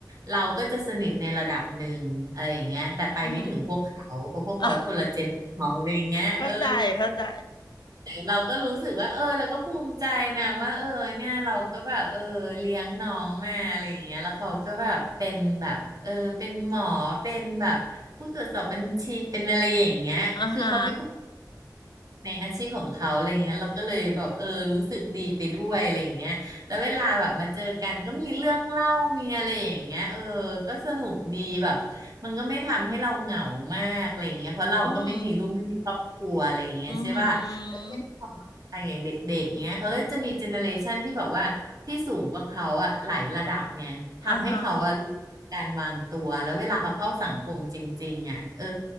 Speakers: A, on the right (about 55°); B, on the left (about 75°).
A: เราก็จะสนิทในระดับหนึ่งอะไรอย่างเงี้ยแต่ไปไม่ถึงพวกเขาเพราะพวกเขาคนละเจนเขาอะไรอย่างเงี้ยเออ
B: อือหืออ่ะเข้าใจเข้าใจ
A: แต่เราก็รู้สึกว่าเออเราก็ภูมิใจนะว่าเออเนี่ยเราก็แบบเออเลี้ยงน้องมาอะไรอย่างเงี้ยแล้วเขาก็แบบเป็นแบบเออเป็นหมอเป็นแบบผู้ตรวจสอบบัญชีเป็นอะไรอย่างเงี้ยคือเขามีความ
B: อ่าฮะ
A: ในอาชีพของเขาอะไรเงี้ยเราก็เลยแบบเออรู้สึกดีไปด้วยอะไรเงี้ยแล้วเวลาแบบมาเจอกันก็มีเรื่องเล่ามีอะไรอย่างเงี้ยเออก็สนุกดีแบบมันก็ไม่ทำให้เราเหงามากอะไรเงี้ยเพราะเราก็ไม่มีลูกไม่มีครอบครัวอะไรเงี้ยใช่ป่ะแล้วเจ้าขอต่างอย่างเด็กๆเงี้ยเขาก็จะมีเจเนอเรชันที่แบบว่าที่สูงกว่าเขาอะหลายระดับไงทำให้เขาอะรู้การวางตัวแล้วเวลาเขาเข้าสังคมจริงๆอะเออ
B: อืมอือหืออ่าฮะ